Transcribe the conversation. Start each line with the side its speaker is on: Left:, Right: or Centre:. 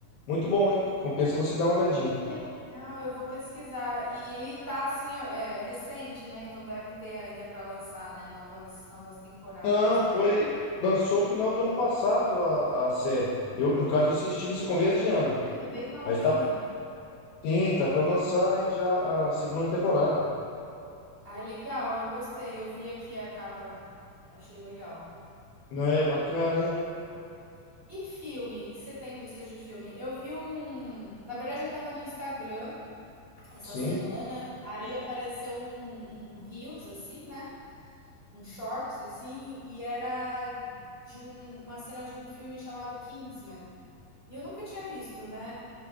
Left: Muito bom, hein? Compensa você dar uma olhadinha.
Right: Que legal. Eu vou pesquisar. E ele tá assim, é, é recente, né? Então deve ter ainda para lançar, né? Novas, novas temporadas,
Left: Não, foi.
Right: né?
Left: Lançou o final do ano passado a, a série. Eu, no caso, eu assisti nesse começo de ano.
Right: Ah, ela é bem novinha.
Left: Mas tá Sim, tá pra lançar aí já a segunda temporada.
Right: Ah, legal. Eu gostei. Eu vi aqui a capa. Achei legal.
Left: Não é bacana,
Right: Vou pesquisar.
Left: hein?
Right: E filme? O que você tem visto de filme? Eu vi um. Na verdade, eu tava no Instagram essa
Left: Sim.
Right: semana, aí apareceu um, um Reels, assim, né? Um Shorts, assim, e era de um- uma cena de um filme chamado Kingsman. E eu nunca tinha visto, né?